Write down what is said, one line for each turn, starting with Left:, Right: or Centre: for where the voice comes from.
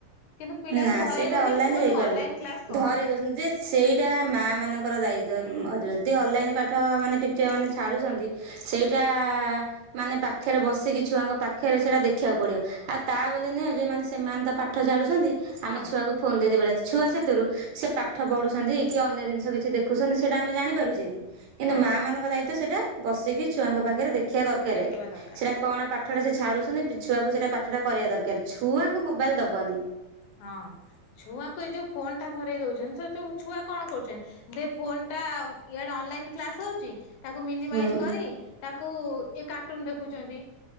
Left: କିନ୍ତୁ ପିଲାକୁ
Right: ନା
Left: ଧରେଇ
Right: ସେଟା
Left: ଦଉଛନ୍ତି
Right: ଅନଲାଇନ
Left: ପୁଅ
Right: ରେ ହେଇପାରୁନି।
Left: ତୁ ଅନଲାଇନ କ୍ଲାସ କର
Right: ଧରେଇ ଦଉଚନ୍ତି ଯେ ସେଇଟା ମା ମାନଙ୍କର ଦାୟିତ୍ୱ।
Left: ହୁଁ
Right: ତେ ଅନଲାଇନ୍ ପାଠ ମାନେ ଟିଚର ମାନେ ଛାଡ଼ୁଚନ୍ତି ସେଇଟା ମାନେ ପାଖରେ ବସିକି ଛୁଆଙ୍କ ପାଖରେ ସେଇଟା ଦେଖିବାକୁ ପଡିବ। ଆଉ ତା ବୋଲି ନୁହେଁ ଯେ ମାନେ ସେମାନେ ତ ପାଠ ଛାଡୁଚନ୍ତି
Left: ହଁ
Right: ଆମେ ଛୁଆକୁ ଫୋନ ଦେଇଦେଇ ପଳେଇ ଆସିବା ଛୁଆ ସେଥିରୁ ସେ ପାଠ ପଢୁଚନ୍ତି କି ଅନ୍ୟ ଜିନିଷ କିଛି ଦେଖୁଚନ୍ତି ସେଇଟା ଆମେ ଜାଣିପାରୁଚେ କି? କିନ୍ତୁ
Left: ନା
Right: ମା ମାନଙ୍କ ଦାୟିତ୍ଵ ସେଇଟା ବସିକି ଛୁଆଙ୍କ
Left: ପସେ
Right: ପାଖରେ ଦେଖିବା ଦରକାର
Left: ଦେଖିବା ଦରକାର
Right: ସେଟା କଣ ପାଠ ଠଟା ସେ ଛାଡୁଚନ୍ତି। ଛୁଆକୁ ସେଇଟା ପାଠଟା କରିବା ଦରକାର ଛୁଆଙ୍କୁ ମୋବାଇଲ ଦବନି।
Left: ହଁ ଛୁଆଙ୍କୁ ଏ ଯୋଉ ଫୋନ୍ ଟା ଧରେଇ ଦଉଚନ୍ତି ତ ଯ ଛୁଆ କଣ କରୁଚନ୍ତି? ଦେ ଫୋନ୍ ଟା ଇଆଡେ ଅନଲାଇନ୍ କ୍ଲାସ୍ ହଉଚି ତାକୁ ମିନିମାଇଜ୍
Right: ହୁଁ।
Left: କରି ତାକୁ ଇଏ କାର୍ଟୁନ ଦେଖୁଛନ୍ତି।